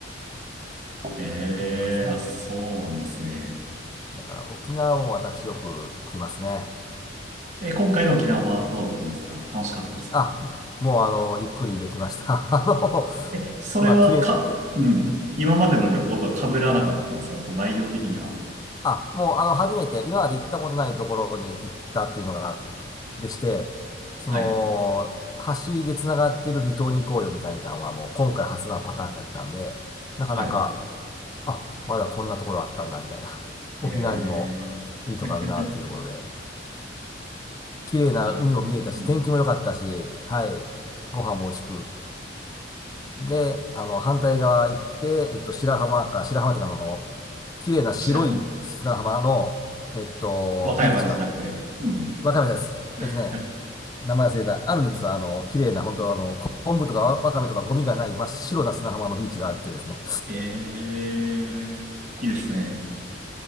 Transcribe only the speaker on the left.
<laughs> なんかそう。
だから沖縄も私よく行きますね。
あ、もうあのーゆっくりできました。<laughs> あのーまあ、
綺麗、
あ、もう、あの、初めて、今まで行ったことないところに行ったっていうのが、でして、その、
橋で繋がってる離島に行こうよみたいなのはもう今回初なパターンやったんで、なかなか、
あ、まだこんなところあったんだみたいな。<laughs> 沖縄にも
いいとこあるなっていうところで、
綺麗な海も見えたし、
天気も良かったし、はい、ご飯も美味しく。で、あの、反対側行って、えっと、白浜か、白浜っていうかあの、綺麗な白い砂浜の、
えっと、
ビーチか。
わかめです。
えっとね、名前忘れた。あるんですよ。あの、綺麗な、本当あの、昆布とかわわかめとかゴミがない真っ白な砂浜のビーチがあってですね。